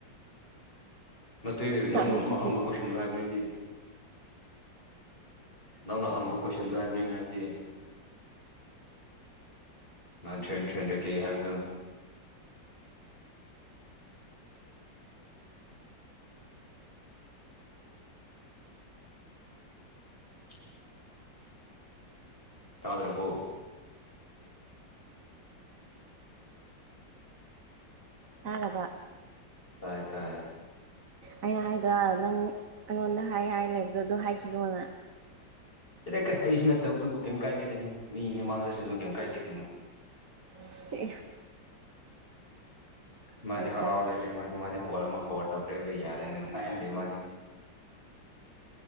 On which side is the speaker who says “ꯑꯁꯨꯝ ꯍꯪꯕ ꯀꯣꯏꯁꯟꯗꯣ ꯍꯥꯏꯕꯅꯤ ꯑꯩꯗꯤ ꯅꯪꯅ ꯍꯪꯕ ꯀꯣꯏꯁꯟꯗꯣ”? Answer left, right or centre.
Left